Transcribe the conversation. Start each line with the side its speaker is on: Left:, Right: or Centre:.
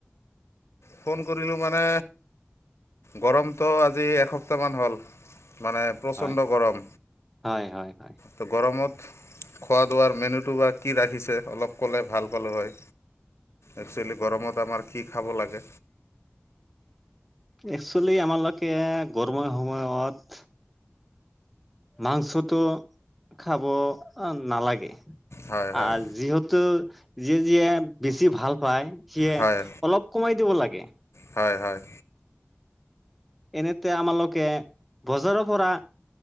Left: ফোন কৰিলোঁ মানে গৰমটো আজি এসপ্তাহমান হ'ল মানে প্ৰচণ্ড
Centre: হয়
Left: গৰম
Centre: হয় হয় হয়
Left: তো গৰমত খোৱা দোৱাৰ মেনুটো বা কি ৰাখিছে অলপ ক'লে ভাল গলো হয় একচুৱেলি গৰমত আমাৰ কি খাব লাগে
Centre: একচুৱেলি আমাৰলোকে গৰমৰ সময়ত মাংসটো খাব নালাগে
Left: হয় হয়
Centre: আ যিহেতু যিয়ে যিয়ে বেছি ভাল পায় সিয়ে
Left: হয়
Centre: অলপ কমাই দিব লাগে
Left: হয় হয়
Centre: এনেতে আমালোকে বজাৰৰ পৰা